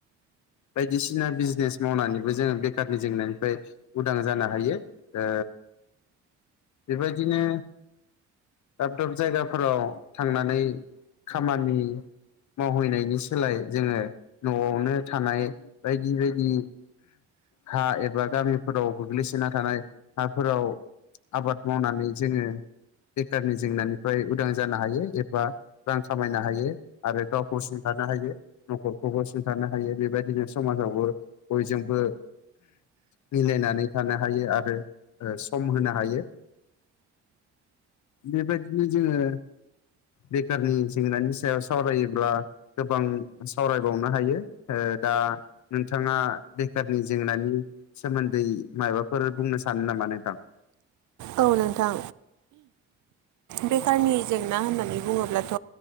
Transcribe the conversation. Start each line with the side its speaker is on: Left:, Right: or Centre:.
Left: बायदिसिना बिजनेस मावनानै जोङो बेखारनि जेंनानिफ्राय उदां जानो हायो ओ बेबायदिनो दाब-दाब जायगाफोराव थांनानै खामानि मावहैनायनि सोलाय जोङो न'आवनो थानाय बायदि बायदि हा एबा गामिफोराव गोग्लैसोना थानाय हाफोराव आबाद मावनानै जोङो बेखारनि जेंनानिफ्राय उदां जानो हायो एबा रां खामायनो हायो आरो गावखौ सुंथा नो हायो न'खरखौबो सिथारनो हायो बेबायदिनो समाजावबो बयजोंबो मिलायनानै थानो हायो आरो ओ सम होनो हायो। बेबायदिनो जोङो बेखारनि जेंनानि सायाव सावरायोब्ला गोबां सावरायबावनो हायो दा नोंथाङा बेखारनि जेंनानि सोमोन्दै माबाफोर बुंनो सानो नामा नोंथां
Right: औ नोंथां बेखारनि जेंना होननानै बुङोब्लाथ'